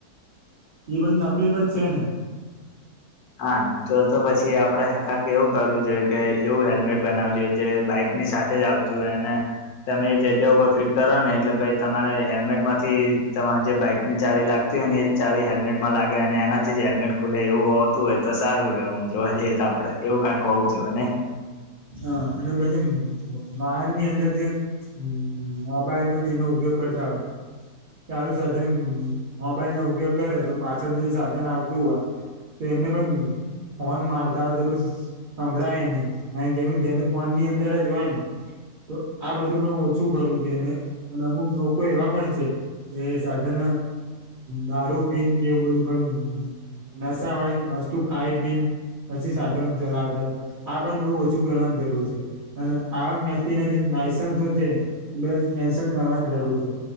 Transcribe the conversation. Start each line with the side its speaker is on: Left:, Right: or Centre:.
Right: એ પણ તકલીફ જ છે ને.
Left: હા તો તો પછી આપડે કંક એવું કરવું જોઈએ કે એવું હેલ્મેટ બનાવું જોઈએ જે બાઈકની સાથે જ આવતુ તું એને. તમે એ જગ્યા ઉપર ફિટ કરો ને એટલે પ તમારે હેલ્મેટ માંથી તમા જે બાઈક ને ચાવી લાગ ને જ ચાવી હેલ્મેટમાં લાગે અને એનાથી જ હેલ્મેટ ખુલે એવું હોત. તું એ તો સારું ર જો આજે તો આપડે એવું કઈ કઉં જો ને.
Right: હ અને પછી વાહન ની અંદર જે. હમ મોબાઈલ નોને એનો ઉપયોગ કરતા હોય. ચાલુ સાધન મોબાઈલ નો ઉપયોગ કરે તો પાછળથી જે સાધન આવતું હોય. તો એમને પણ ફન મારતા હોય તો બસ સાભળાય નહી. ક કે એનું ધ્યા ફોનની અર જ હોય ને. તો આ બધું પણ ઓછું કરું છેઈ અને અમુક લોકો એવા પણ છે. એ સાધન દારૂ પીન કે એવું બધું ક નસા વાળી વસ્તુ ખાઈ પી ને પછી સાધન ચલાવતા. આ પણ થોડું ઓછું કરવાની જરૂર છે અને આ વ્યક્તિ ના જે લઇસન્સો છે. એ બધા કેન્શલ કરવાન જરૂર છે